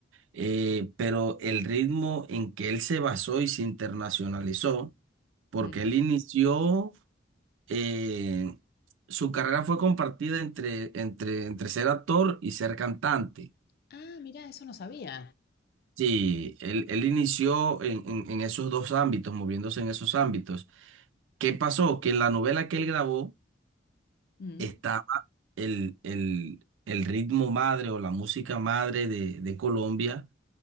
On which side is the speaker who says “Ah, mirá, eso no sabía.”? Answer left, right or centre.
Left